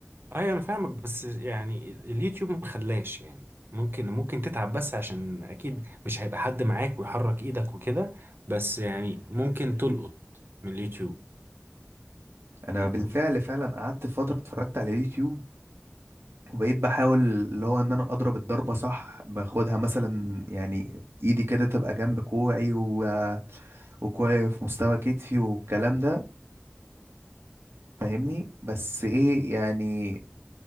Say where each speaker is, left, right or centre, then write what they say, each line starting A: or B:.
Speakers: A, on the right; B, on the right.
A: ايوه انا فاهمك بس يعني اليوتيوب ما خلاش يعني ممكن ممكن تتعب بس عشان اكيد مش هيبقى حد معاك ويحرك ايدك وكده بس يعني ممكن تلقط من اليوتيوب
B: انا بالفعل فعلا قعدت فتره اتفرجت على اليوتيوب وبقيت بحاول اللي هو ان انا اضرب الضربه صح باخدها مثلا يعني ايدي كده تبقى جنب كوعي و... وكوعي في مستوى كتفي والكلام ده فاهمني بس ايه يعني